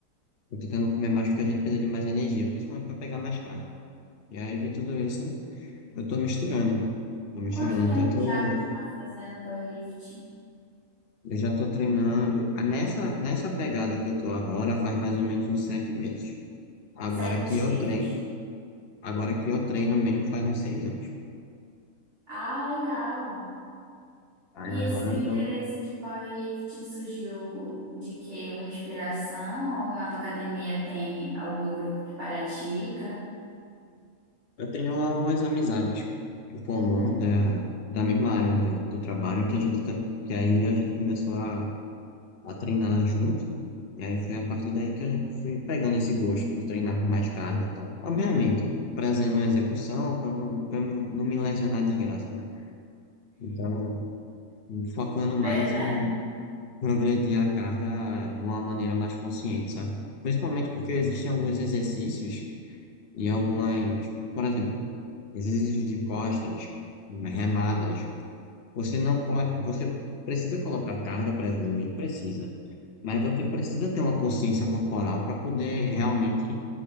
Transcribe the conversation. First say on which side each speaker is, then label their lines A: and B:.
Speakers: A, on the left (about 50°); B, on the right (about 50°).
A: tô tentando comer mais porque a gente precisa de mais energia, principalmente para pegar mais carga. E aí de tudo isso eu tô misturando, tô misturando
B: Quanto tempo
A: tanto
B: já que tu tá fazendo powerlifting?
A: eu já tô treinando. Ah, Nessa nessa pegada que eu tô agora faz mais ou menos uns sete meses. Agora
B: Sete
A: que eu
B: meses.
A: treino Agora que eu treino mesmo faz uns seis anos.
B: Ah, legal.
A: Aí
B: E
A: agora
B: esse teu
A: eu
B: interesse
A: tô,
B: de powerlifting surgiu de quê? Uma inspiração? Ou a tua academia tem algum grupo que pratica?
A: eu tenho algumas amizades em comum da, da mesma área da- do trabalho que a gente tá- que aí a gente começou a, a treinar junto. E aí foi a partir daí que eu fui pegando esse gosto por treinar com mais carga e tal. Obviamente, trazendo a execução para não, pra não não me lesionar de graça, né? Então, focando mais
B: Verdade.
A: em progredir a carga de uma maneira mais consciente, sabe? Principalmente porque existem alguns exercícios E algumas, por exemplo, exercícios de costas, remadas, você não pode, você precisa colocar carga para evoluir, precisa. Mas você precisa ter uma consciência corporal para poder realmente